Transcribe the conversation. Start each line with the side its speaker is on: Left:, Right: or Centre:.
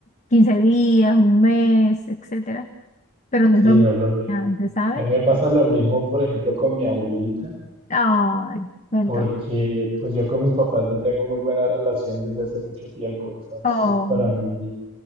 Left: 15 días, un mes, etcétera, pero no
Right: Sí,
Left: es lo mismo
Right: no es lo mismo.
Left: que antes, ¿sabes?
Right: A mí me pasa lo mismo, por ejemplo, con mi abuelita,
Left: Ay, cuéntame.
Right: porque pues yo con mis papás no tengo muy buena relación desde hace mucho tiempo, entonces
Left: Oh,
Right: para mí